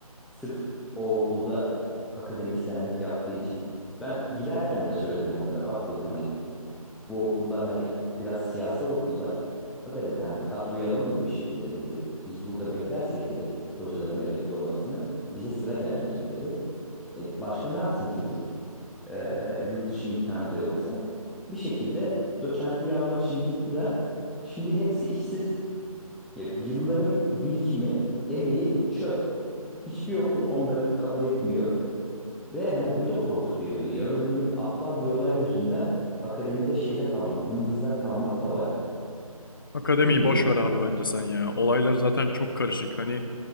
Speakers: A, in the centre; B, on the left (about 35°).
A: Sırf o okulda akademisyenlik yaptığı için. Ben giderken de söyledim onlara. Bak dedim hani bu okullar hani biraz siyasal okullar. Aga dedi hani kadroyu alalım da bir şekilde dedi. Biz burada beklersek dedi hocaların emekli olmasını bize sıra gelmeyecek dedi. E, başka ne yapsın çocuk? E, yurt dışı imkanı da yoksa. Bir şekilde doçentliği almak için gittiler. Şimdi hepsi işsiz. E, yılların birikimi, emeği çöp. Hiçbir okul onları kabul etmiyor. Ve hani bu da korkutuyor beni. Yarın öbür gün aptal bir olay yüzünden akademide şeyde kalmak, dımdızlak kalmak da var.
B: Akademiyi
A: Bilmiyorum
B: boş ver
A: ya.
B: abi bence sen ya. Olaylar zaten çok karışık. Hani